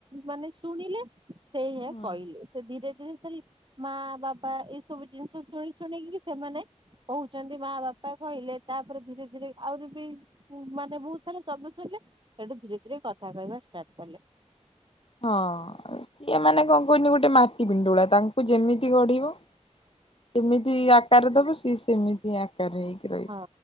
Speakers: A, on the right (about 45°); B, on the left (about 50°).
A: ମାନେ ଶୁଣିଲେ। ସେ ହ
B: ହୁଁ ହୁଁ।
A: କହିଲେ ସେ ଧୀରେ ଧୀରେ ଧ ମା ବାବା ଏଇ ସବୁ ଜିନିଷ। ଶୁଣି ଶୁଣିକି ସେମାନେ କହୁଛନ୍ତି ମା ବାପା କହିଲେ ତାପରେ ଧୀରେ ଧୀରେ ଆହୁରି ବି ଉ ମାନେ ବହୁତ ସାରା ଶବ୍ଦ ଶୁଣିଲେ ସେଠୁ ଧୀରେ ଧୀରେ କଥା କହିବା ଷ୍ଟାର୍ଟ କଲେ।
B: ହଁ ଇଏ ମାନେ କଣ କନି ଗୋଟେ ମାଟି ପିଣ୍ଡୁଳା ତାଙ୍କୁ ଯେମିତି ଗଢିବ। ସେମିତି ଆକାର ଦବ ସିଏ ସେମିତି ଆକାର ହେଇକି ରହିବ।
A: ହଁ।